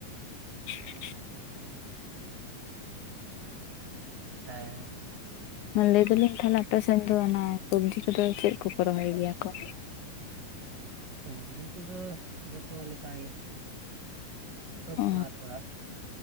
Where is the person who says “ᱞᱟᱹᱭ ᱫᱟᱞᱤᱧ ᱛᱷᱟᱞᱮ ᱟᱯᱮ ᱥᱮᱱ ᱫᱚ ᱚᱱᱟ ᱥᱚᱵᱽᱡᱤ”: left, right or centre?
Left